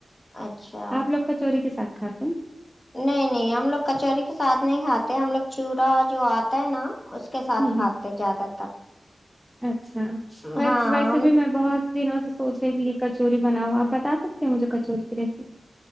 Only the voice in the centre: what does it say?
آپ لوگ کچوری کے ساتھ کھاتے ہیں
ہوں
اچھا میں
ویسے
بھی میں بہت دنوں سے سوچ رہے بھی یہ کچوری بناؤ آپ بتا سکتے ہو مجھے کچوری کی ریسیپی